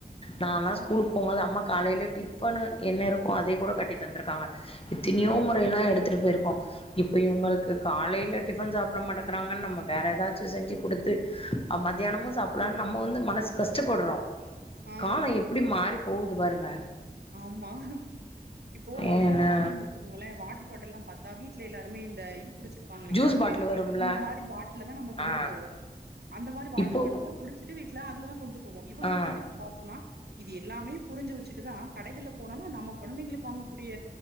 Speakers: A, on the left; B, on the right.
A: நாலா
B: இப்போ
A: ஸ்கூலுக் போம்போது அம்மா காலைல டிஃபன்னு என்ன இருக்கு அதே கூட கட்டித் தந்துருக்காங்க எத்தினியோ
B: ம்
A: முற இதெல்லா எடுத்துட்டு போயிருக்கோ இப்போ இவுங்களுக்கு காலையில டிஃபன் சாப்புட மாட்டேங்கிறாங்கன்னு நம்ம வேற ஏதாச்சு செஞ்சுக் குடுத்து ஆ மத்தியானமு சாப்டல ஆனா நம்ம வந்து மனசு கஷ் ச்சப்பட்றோ
B: ஆ
A: காலோ எப்டி மாறி போவுது பாருங்க
B: ஆமா இப்போ நம்மள்லா
A: ஏன்னா
B: பாத்தீங்கன்னு வச்சுக்கோங்களே வாட்ரு பாட்டில் எல்லா பாத்தா வீட்ல எல்லா ருமே இந்த இது குடிச்சிருப்பாங்க இல்லிங்களா
A: ஜூஸ்
B: அந்த
A: பாட்டில்
B: பெப்சி
A: வரும்ல
B: இந்த மாரி பாட்டில தா நம்ம கொண்டு
A: ஆ
B: போவோ அந்த மாரி வாட்ரு
A: இப்போ
B: பாட்டில்லா குடிச்சிட்டு வீட்ல அதுலதா கொண்டு போவோ இவுங்களுக்கு
A: ஆ
B: வந்து இப்ப பாத்தோம்னா இது எல்லாமே புரிஞ்சு வச்சிட்டு தா கடைகள்ல போனோம்னா நம்ம கொழந்தைங்களுக்கு வாங்கக்கூடிய